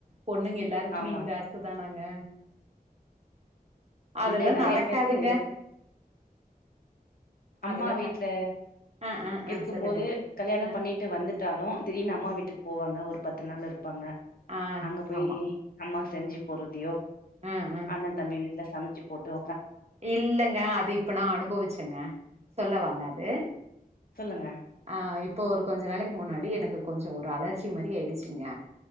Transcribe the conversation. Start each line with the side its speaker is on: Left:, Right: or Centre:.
Right: பொண்ணுங் எல்லாருக்குமே
Left: ஆமா
Right: இந்த ஆச தானாங்க அதுல்லா
Left: இல்ல நெறைய
Right: நடக்காதுங்க
Left: பேருக்கு அம்மா
Right: அதெல்லா
Left: வீட்ல
Right: ந ஆ ஆ ஆ
Left: இருக்கும்போது
Right: சொல்லுங்க
Left: கல்யாண
Right: ஆ
Left: பண்ணிட்டு வந்துட்டாலு திடீர்ன்னு அம்மா வீட்டுக் போவாங்க ஒரு பத்து நாளுருப் ப்பாங்க
Right: ஆ
Left: அங்க போய்
Right: ஆமா
Left: அம்மா செஞ்சு போட்றதயோ
Right: ஆ ஆ
Left: அண்ண தம்பி வீட் ட்ல சமச்சிப் போட்டோ
Right: இல்லங்க அது இப்ப நா அனுபவிச்சங்க சொல்லவாங்க அது
Left: சொல்லுங்க
Right: ஆ இப்போ ஒரு கொஞ்ச நாளைக்கு முன்னாடி எனக்கு கொஞ்சோ ஒரு அலர்ஜி மறியாயிடுச்சுங்க